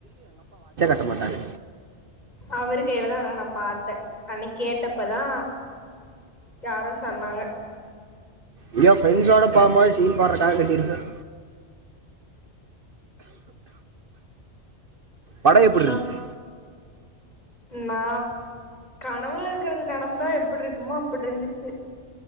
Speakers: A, on the right (about 55°); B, on the left (about 35°).
A: ட மாட்டாரு
B: அவரு கையிலதா ஆனா நா பாத்த அனக்கி கேட்டப்பதா யாரோ சொன்னாங்க
A: எங்யோ ஃப்ரெண்ட்ஸோட போம்போது சீன் போட்றக்காக கட்டிருப்பாரு பட எப்டிருந்துச்சு?
B: அப் நா ப் கணவுல இருக்குறது நடந்தா எப்புட்ருக்குமோ அப்புட்ருந்துச்சு